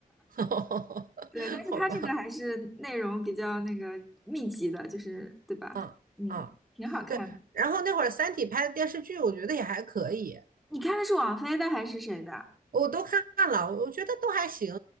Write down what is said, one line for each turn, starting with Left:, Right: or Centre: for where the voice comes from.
Right: <laughs>
Centre: 对，但是它这个还是内容比较那个密集的，
Right: 好吧，
Centre: 就是对吧？
Right: 嗯嗯，
Centre: 嗯，挺好看的。
Right: 对。然后那会儿《三体》拍的电视剧，我觉得也还可以，
Centre: 你看的是王菲的还是谁的？
Right: 我都看了，我觉得都还行。